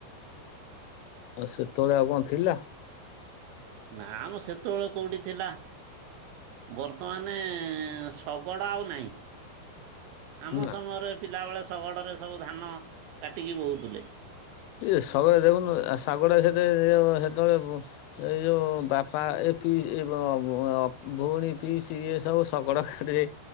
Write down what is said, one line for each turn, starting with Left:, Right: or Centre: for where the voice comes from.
Left: ଆଉ ସେତେବେଳେ ଆଉ କଣ ଥିଲା।
Right: ନାଁ ମ ସେତେବେଳେ କୋଉଠି ଥିଲା। ବର୍ତ୍ତମାନେ ଶଗଡ଼ ଆଉ ନାହିଁ। ଆମ
Left: ନା
Right: ସମୟରେ ପିଲାବେଳେ ଶଗଡ଼ରେ ସବୁ ଧାନ କାଟିକି ବୋହୁଥିଲେ।
Left: ଏ <unintelligible> ଦେଖୁନୁ ଶାଗଟା ସେତେ <unintelligible> ହେତେବେଳେ <unintelligible> ଏଇ ଯୋଉ ବାପା ଏ ପିଇ-ଇ-ବଅ-ବଅ ଭଉଣୀ ପିଇସି ଇଏ ସବୁ ଶଗଡ଼ ଖାଡିରେ